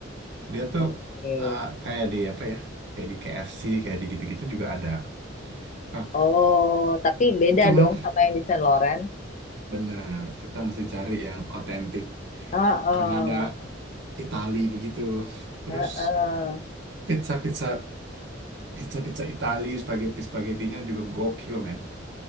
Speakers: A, on the right (about 60°); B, on the left (about 35°).
A: dia tuh
B: Oke.
A: uh, kayak di apa ya kayak di KFC kayak di gitu-gitu juga ada Nah,
B: Oh, tapi beda
A: cuman
B: dong sama yang di Saint Lawrence.
A: benar kita mesti cari yang otentik
B: Heeh,
A: Kanada Itali begitu terus
B: heeh.
A: pizza pizza pizza pizza Itali spaghetti spagettinya juga gokil men